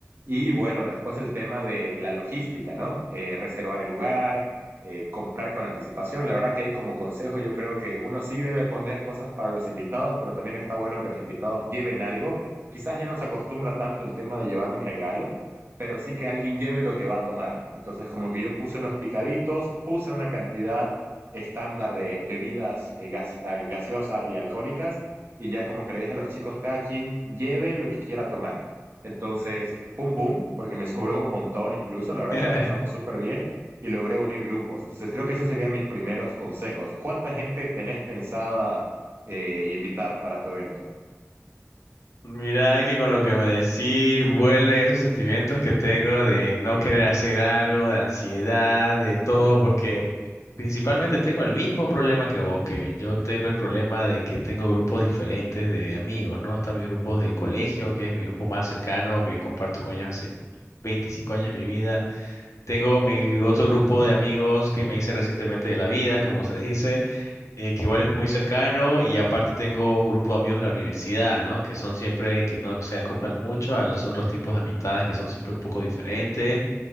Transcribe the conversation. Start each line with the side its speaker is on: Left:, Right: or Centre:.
Right: Y bueno, después el tema de la logística, ¿no? Eh, reservar el lugar eh, comprar con anticipación. La verdad que hay como consejo, yo creo que uno sí debe poner cosas para los invitados, pero también está bueno que los invitados lleven algo. Quizás ya no se acostumbra tanto el tema de llevar un regalo, pero sí que alguien lleve lo que va a tomar. Entonces, como que yo puse unos picaditos, puse una cantidad estándar de bebidas eh, gas- al- gaseosas y alcohólicas, y ya como que le dije a los chicos, cada quien lleve lo que quiera tomar. Entonces, boom, boom, porque me <laughs> sobró un montón incluso, la verdad
Left: <laughs>
Right: que la pasamos súper bien y logré unir grupos. Entonces creo que esos serían mis primeros consejos. ¿Cuánta gente tenés pensada eh, invitar para tu evento?
Left: Mira que con lo que me decís vuelve esos sentimientos que tengo de no querer hacer algo, de ansiedad, de todo, porque principalmente tengo el mismo problema que vos, Kevin. Yo tengo el problema de que tengo grupos diferentes de amigos, ¿no? Están mis grupos de colegio, que es mi grupo más cercano, que comparto con ellos hace 25 años de mi vida. Tengo mi otro grupo de amigos que me hice recientemente de la vida, como se dice eh, que igual es muy cercano y aparte tengo un grupo de amigos de la universidad, ¿no? Que son siempre que no se acoplan mucho a los otros tipos de amistades que son siempre un poco diferentes